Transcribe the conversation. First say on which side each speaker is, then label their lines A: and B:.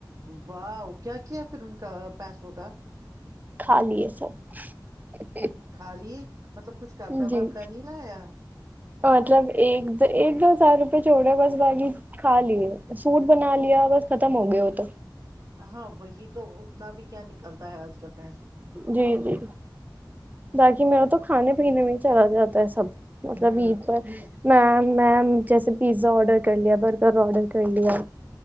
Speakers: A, on the right; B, on the right.
A: واہ کیا کیا پھر ان کا پیسوں کا
B: کھا لیے سب
A: کھا لیے مطلب کچھ کپڑا
B: جی
A: وپڑا نہیں لایا
B: مطلب ایک ایک دو ہزار روپئے چھوڑے بس باجی کھا لیے سوٹ بنا لیا بس ختم ہو گئے ہو تو
A: ہاں وہی تو اتنا بھی کیا نکلتا ہے آج کل پیسوں
B: جی جی باقی میرے تو کھانے پینے میں چلا جاتا ہے سب مطلب
A: ہوں
B: ع پر م م جیسے پیزا آرڈر کر لیا برگر آڈر کر لیا